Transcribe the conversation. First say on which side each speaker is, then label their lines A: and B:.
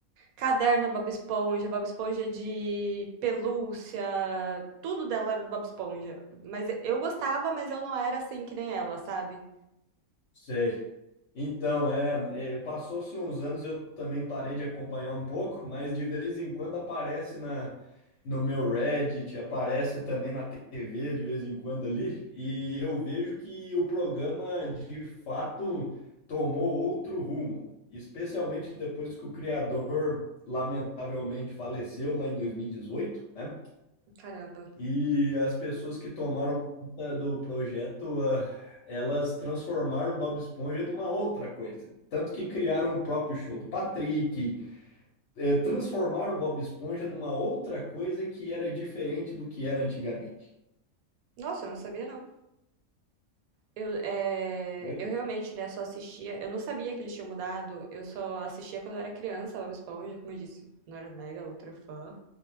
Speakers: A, on the right; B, on the left.
A: caderno do Bob Esponja, Bob Esponja de pelúcia, tudo dela era do Bob Esponja. Mas eu gostava, mas eu não era assim que nem ela, sabe?
B: Sei. Então, é, é, passou-se uns anos, eu também parei de acompanhar um pouco, mas de vez em quando aparece na no meu Reddit, aparece também na TV de vez em quando ali, e eu vejo que o programa de fato tomou outro rumo, especialmente depois que o criador lamentavelmente faleceu lá em 2018, né?
A: Caramba.
B: E as pessoas que tomaram conta do projeto, ah, elas transformaram o Bob Esponja numa outra coisa. Tanto que criaram o próprio show do Patrick, é, transformar o Bob Esponja numa outra coisa que era diferente do que era antigamente.
A: Nossa, eu não sabia não. Eu, eh,
B: Oi?
A: eu realmente, né, só assistia. Eu não sabia que eles tinham mudado. Eu só assistia quando eu era criança, Bob Esponja, como eu disse, não era mega ultra fã.